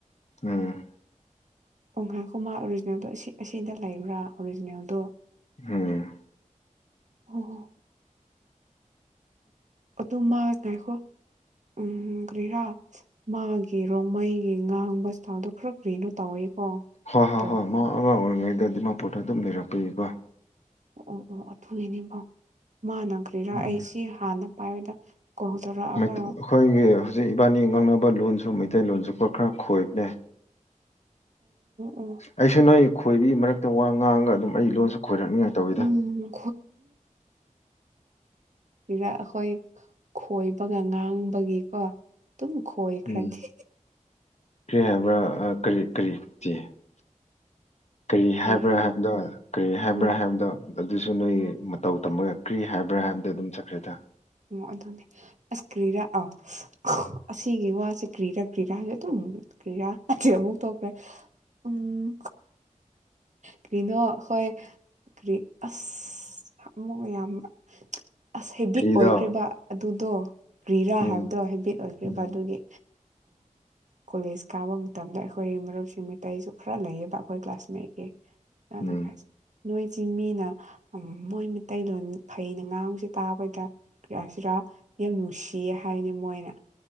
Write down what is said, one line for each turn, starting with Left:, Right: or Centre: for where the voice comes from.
Left: ꯎꯝ
Right: ꯀꯣꯡꯈ꯭ꯔꯥ ꯀꯃꯥ ꯑꯣꯔꯤꯖꯤꯅꯦꯜꯗꯣ ꯑꯁꯤꯗ ꯂꯩꯕ꯭ꯔꯥ ꯑꯣꯔꯤꯖꯤꯅꯦꯜꯗꯣ
Left: ꯎꯝ
Right: ꯍ ꯍ ꯑꯗꯨ ꯃꯥ ꯀꯥꯏꯈꯣ ꯎꯝ ꯒ꯭ꯔꯤꯔꯥ ꯃꯥꯒꯤ ꯔꯣꯃꯩꯒꯤ ꯉꯥꯡꯕꯁꯇꯥꯎꯗꯣ ꯈꯔ ꯀꯒ꯭ꯔꯤꯅꯣ ꯇꯧꯋꯦꯀꯣ
Left: ꯍꯣꯏ ꯍꯣꯏ
Right: ꯇꯧ
Left: ꯍꯣꯏ ꯃ ꯑꯉꯥꯡ ꯑꯣꯏꯔꯤꯉꯩꯗ ꯗꯤꯃꯥꯄꯨꯔꯗ ꯑꯗꯨꯝ ꯂꯩꯔꯛꯄꯤꯌꯀꯣ
Right: ꯑꯣ ꯑꯣ ꯑꯗꯨꯨꯏꯅꯦꯕꯥꯎ ꯃꯥꯥꯟꯅꯈ꯭ꯔꯦꯔꯥ
Left: ꯎꯝ
Right: ꯑꯩ ꯁꯤ ꯍꯥꯟꯅ ꯄꯥꯏꯕꯗ ꯀꯣꯜ ꯇꯧꯔꯛꯑꯒ
Left: ꯑꯩꯈꯣꯏꯒꯤ
Right: ꯑꯣ
Left: ꯍꯧꯖꯤꯛ ꯏꯕꯥꯅꯤ ꯉꯥꯡꯅꯕ ꯂꯣꯟꯁ ꯁꯨꯝ ꯃꯩꯇꯩꯂꯣꯟꯖꯨꯞꯄ ꯈꯔ ꯈꯣꯏꯕꯅꯦ
Right: ꯑꯣ
Left: ꯑꯩꯁꯨ ꯅꯣꯏ ꯈꯣꯏꯕꯤ ꯃꯔꯛꯇ ꯋꯥ ꯑꯉꯥꯡꯒ ꯑꯗꯨꯝ ꯑꯩ ꯂꯣꯟꯁꯨ ꯈꯣꯏꯔꯛꯅꯤꯉꯥꯏ ꯇꯧꯋꯤꯗ
Right: ꯎꯝ ꯍꯔꯛ ꯑꯩꯈꯣꯏ ꯈꯣꯏꯕꯒ ꯉꯥꯡꯕꯒꯤꯀꯣ ꯑꯗꯨꯝ ꯈꯣꯏꯈ꯭ꯔꯅꯤ
Left: ꯎꯝ ꯀꯔꯤ ꯍꯥꯏꯕ꯭ꯔꯥ ꯀꯔꯤ ꯀꯔꯤꯇꯤ ꯀꯔꯤ
Right: ꯀꯔꯤꯔꯥ
Left: ꯍꯥꯏꯕ꯭ꯔꯥ ꯍꯥꯏꯕꯗꯣ ꯀꯔꯤ ꯍꯥꯏꯕ꯭ꯔꯥ
Right: ꯑꯥ
Left: ꯍꯥꯏꯕꯗꯣ ꯑꯗꯨꯁꯨ ꯅꯣꯏ ꯃꯇꯧ ꯇꯝꯕꯒꯛꯀ꯭ꯔꯤ ꯍꯥꯏꯕ꯭ꯔꯥ ꯍꯥꯏꯕꯗ ꯑꯗꯨꯝ ꯆꯠꯈ꯭ꯔꯦꯗ
Right: ꯑꯗꯨꯅꯦ ꯑꯁ ꯀ꯭ꯔꯤꯔꯥ ꯑꯥ ꯑꯁꯤꯒꯤ ꯋꯥꯁꯦ ꯀ꯭ꯔꯤꯔꯥ ꯀ꯭ꯔꯤꯔꯥ ꯍꯥꯏꯁꯦ ꯑꯗꯨꯝ ꯀ꯭ꯔꯤꯌꯥ ꯑꯁꯤ ꯑꯃꯨꯛ ꯇꯧꯈ꯭ꯔꯦ ꯎꯝ ꯀꯔꯤꯅꯣ ꯍꯣꯏ ꯀ꯭ꯔꯤ ꯑꯁ ꯑꯃꯛ ꯌꯥꯝ ꯑꯁ
Left: ꯀꯔꯤꯗꯣ
Right: ꯑꯣꯏꯈ꯭ꯔꯤꯕ ꯑꯗꯨꯗꯣ ꯒ꯭ꯔꯤꯔꯥ
Left: ꯎꯝ
Right: ꯍꯥꯏꯕꯗꯣ ꯍꯥꯏꯕꯤꯠ ꯑꯣꯏꯈ꯭ꯔꯤꯕ
Left: ꯎꯝ
Right: ꯑꯗꯨꯒꯤ ꯀꯣꯂꯦꯖ ꯀꯥꯕ ꯃꯇꯝꯗ ꯑꯩꯈꯣꯏ ꯃꯔꯨꯞꯁꯤꯡ ꯃꯤꯇꯩꯁꯨ ꯈꯔ ꯂꯩꯌꯦꯕ ꯑꯩꯈꯣꯏ ꯀ꯭ꯂꯥꯁꯃꯦꯠꯀꯤ ꯆꯂ
Left: ꯎꯝ
Right: ꯍꯥꯏ ꯅꯣꯏꯁꯤ ꯃꯤꯅ ꯃꯣꯏ ꯃꯩꯂꯣꯟ ꯐꯩꯅ ꯉꯥꯡꯁꯦ ꯇꯥꯕꯗ ꯀꯌꯥꯁꯤꯔꯥ ꯌꯥꯝ ꯅꯨꯡꯁꯤꯌꯦ ꯍꯥꯏꯅꯦ ꯃꯣꯏꯅ